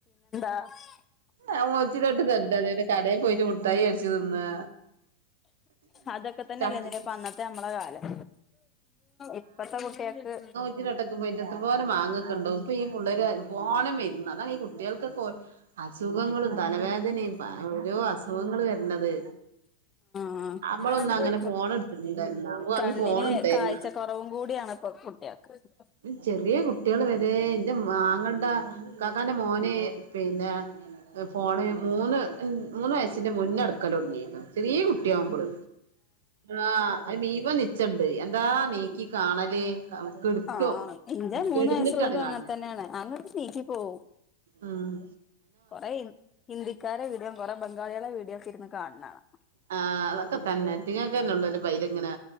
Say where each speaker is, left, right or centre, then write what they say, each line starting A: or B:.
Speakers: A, on the left; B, on the right.
A: അഫ്
B: ആ മൂച്ചിന്റെ ചോട്ട് തെണ്ടാ കടേ പോയിട്ട് മുട്ടായി വേടിച്ച് തിന്നാ
A: അതൊക്ക തന്നെല്ലേയ്നിലെ
B: ചക്കി
A: അന്നത്തെ നമ്മളെ കാലം ഇപ്പത്തെ കുട്ട്യാക്ക്
B: ഇതീന്റോട്ടൊക്കെ പോയിട്ട് എത്രപോരം മാങ്ങൊക്കെണ്ടാവും ഇപ്പൊ ഈ പുള്ളേര് ഫോണ് മെ ഇര്ന്ന് അതാണ് ഈ കുട്ട്യാൾകൊക്കെ ഓരൊ അസുഖങ്ങളും തലവേദനയും പ ഓരോ അസുഖങ്ങളും വരുന്നത്
A: ആഹ്
B: നമ്മളൊന്നും അങ്ങനെ ഫോൺ എടുത്തിട്ടുണ്ടായിരുന്ന നമ്മക്ക് അന്ന്
A: കണ്ണിന്
B: ഫോൺ ഉണ്ടായിരുന്ന
A: കാഴ്ചകുറവും കൂടിയാണ് ഇപ്പൊ കുട്ട്യാക്ക് <unintelligible>
B: ഉം ചെറിയ കുട്ടിള് വരെ ഇന്റെ മാ ആങ്ങൾന്റെ ഇക്കാക്കാന്റെ മോന് പിന്നെ, ഏഹ് ഫോണ് മൂന്ന് മൂന്ന് വയസ്സിന്റെ മുന്നെ എട്ക്കെലൊട്ങ്ങീക്ക്ണ് ചെറീ കുട്ടിയാവുമ്പള് ആഹ് അത് മീവൻ നിച്ചണ്ട് എന്താ നീക്കി കാണല്. <unintelligible>
A: ആ ഇന്റെ മൂന്ന്
B: കെട്ന്ന്ട്ടാണ്
A: വയസ്സുള്ളതും
B: കാൺണെ
A: അങ്ങനെ തന്നെയാണ് അങ്ങട്ട് നീക്കി പോവും
B: ആഹ്
A: കൊറേ ഹി ഹിന്ദിക്കാരെ വീഡിയോം കൊറേ ബംഗാളിളെ വീഡിയോ ഒക്ക ഇര്ന്ന് കാൺണാണ.
B: ആഹ് അതൊക്കെ തന്നെ ഇറ്റങ്ങൾക്കല്ലൊള്ളു അയില് ഇപ്പങ്ങനെ